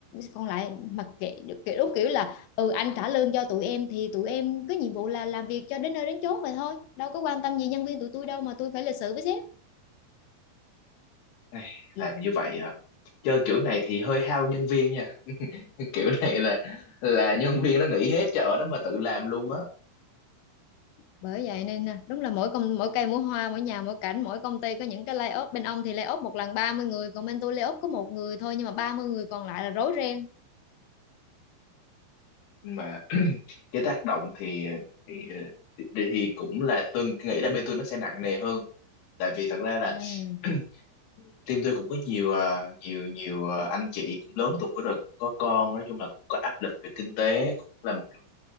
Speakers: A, on the left (about 80°); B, on the left (about 60°).
A: còn lại mặc kệ kiểu đúng kiểu là ừ anh trả lương cho tụi em thì tụi em có nhiệm vụ là làm việc cho đến nơi đến chốn vậy thôi đâu có quan tâm gì nhân viên tụi tôi đâu mà tôi phải lịch sự với sếp
B: Ai, làm như vậy à chơi kiểu này thì hơi hao nhân viên nha <laughs> kiểu này là là nhân viên nó nghỉ hết chợ đó mà tự làm luôn á
A: bởi vậy nên nè, đúng là mỗi công mỗi cây mỗi hoa mỗi nhà mỗi cảnh mỗi công ty có những cái lay layoff bên ông thì lay layoff một lần ba mươi người còn bên tôi lay layoff có một người thôi nhưng mà 30 người còn lại là rối ren
B: mà <clears throat> cái tác động thì thì, ờ, thì thì cũng là tôi nghĩ là bên tôi nó sẽ nặng nề hơn tại vì thật ra là
A: ừ.
B: <clears throat> team tôi cũng có nhiều à, nhiều nhiều à, anh chị cũng lớn tuổi rồi cũng có con nói chung là cũng có áp lực về kinh tế cũng là một trong những